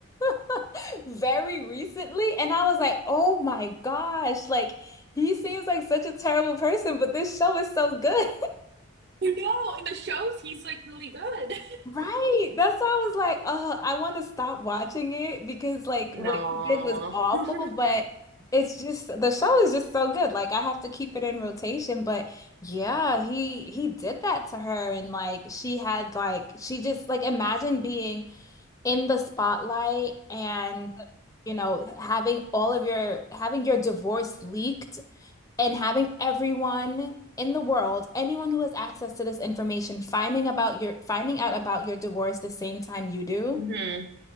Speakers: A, on the left (about 15°); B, on the right (about 50°).
A: <laughs> very recently and I was like, "Oh my gosh, like he seems like such a terrible person, but this show is so good."
B: You know, in the shows he's like really good. <laughs>
A: Right. That's why I was like, uh, I want to stop watching it because like
B: No.
A: what he did was awful,
B: <laughs> hmm
A: but it's just the show is just so good. Like I have to keep it in rotation, but yeah, he he did that to her and like she had like she just like imagine being in the spotlight and you know having all of your having your divorce leaked and having everyone in the world anyone who has access to this information finding about your finding out about your divorce the same time you do
B: hmm